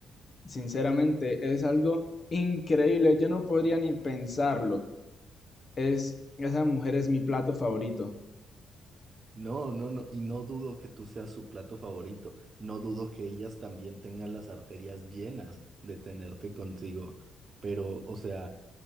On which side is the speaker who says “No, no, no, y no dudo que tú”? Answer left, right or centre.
Right